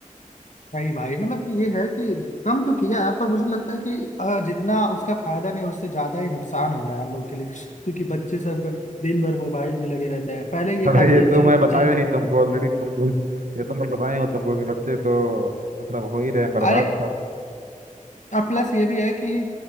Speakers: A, on the left (about 60°); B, on the right (about 65°).
A: भाई भाई मतलब कि ये है कि कम तो किया है पर मुझे लगता है कि अ, जितना उसका फायदा नहीं उससे ज्यादा ही नुकसान हो रहा है हम लोग के लिए क्योंकि बच्चे सब दिन भर मोबाइल में लगे रहते हैं पहले ये
B: अरे
A: था कि
B: ये तो
A: चलो
B: मैं
A: बच्चे
B: बताया नहीं तुमको ऑलरेडी तुमको ये तो मैं बताया हूँ तुमको कि बच्चे तो मतलब हो ही रहे हैं बर्बाद
A: अरे और प्लस ये भी है कि